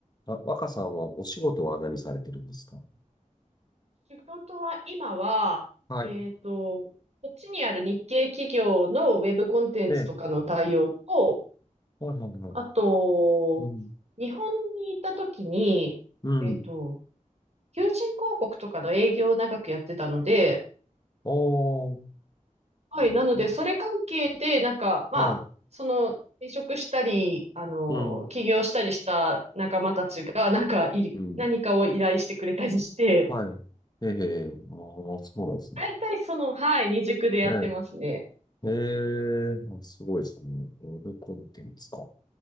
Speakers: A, on the left; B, on the right.
A: あ、若さんはお仕事は何されてるんですか
B: 仕事は今は、
A: はい。
B: えっと、こっちにある日系企業のウェブコンテンツとかの対応と、
A: ええ。はいはいはい。
B: あと、
A: うん。
B: 日本に行った時に、
A: うん。
B: えっと、求人広告とかの営業を長くやってたので、
A: ああ、
B: はい、
A: なるほど。
B: なので、それ関係で、なんか、まあ、
A: はい。
B: その、転職したり、あの、
A: うん。
B: 起業したりした仲間たちが、なんかい、
A: うん。
B: 何かを依頼してくれたりして、
A: はい。ええ、ああ、そうなんですね。
B: 大体その、はい、二軸でやってますね。
A: ええ。ええ。あ、すごいですね。ウェブコンテンツか。